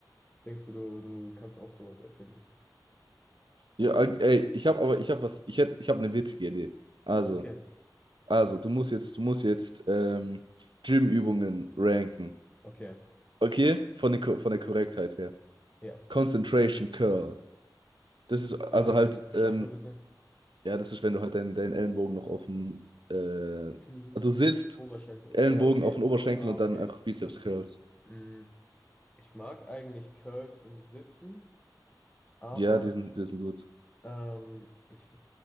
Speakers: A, on the left (about 15°); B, on the right (about 80°).
A: Denkst du, du, du kannst auch sowas erfinden?
B: Ja, ey, ich habe aber, ich habe was, ich hätte, ich habe eine witzige Idee. Also,
A: Okay,
B: also, du musst jetzt, du musst jetzt ähm, Gym-Übungen ranken.
A: okay,
B: Okay? Von der, Ko- von der Korrektheit her.
A: ja.
B: Concentration Curl. Das ist also
A: Äh,
B: halt
A: wenn, beschreib
B: ähm,
A: mal bitte.
B: Ja, das ist, wenn du halt deinen, deinen Ellenbogen noch auf dem, äh,
A: Knie,
B: also du sitzt,
A: Oberschenkel.
B: Ellenbogen
A: Ja, okay.
B: auf den Oberschenkel
A: Ah,
B: und
A: okay.
B: dann auch Bizeps
A: Verstehe
B: Curls.
A: ich. Mm, ich mag eigentlich Curls im Sitzen, aber
B: Ja, die sind, die sind gut.
A: ähm, ich